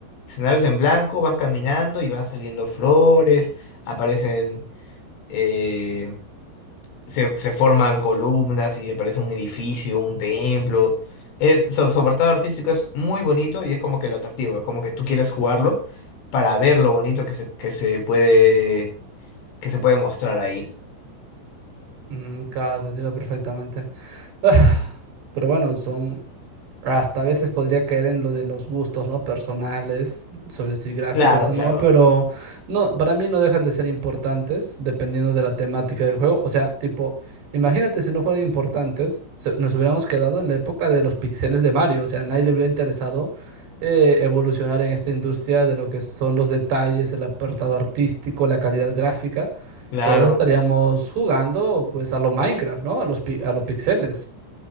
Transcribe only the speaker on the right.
Mm, claro, te entiendo perfectamente. Ah, pero bueno, son Hasta a veces podría caer en lo de los gustos, ¿no? Personales, sobre si gráficos
o
no, pero no, para mí no dejan de ser importantes dependiendo de la temática del juego. O sea, tipo, imagínate si no fueran importantes, se- nos hubiéramos quedado en la época de los pixeles de Mario. O sea, a nadie le hubiera interesado eh, evolucionar en esta industria de lo que son los detalles, el apartado artístico, la calidad gráfica.
Todos estaríamos jugando, pues, a lo Minecraft, ¿no? A los, pi- a los pixeles.